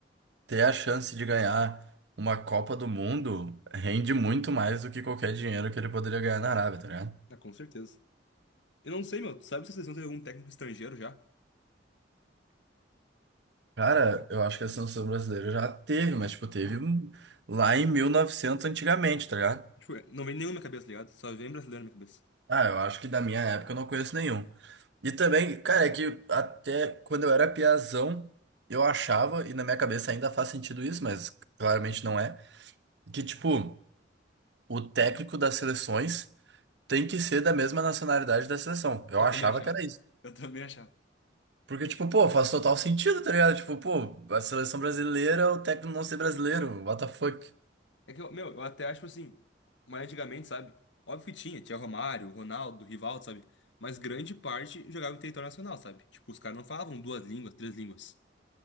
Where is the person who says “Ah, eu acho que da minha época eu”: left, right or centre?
Right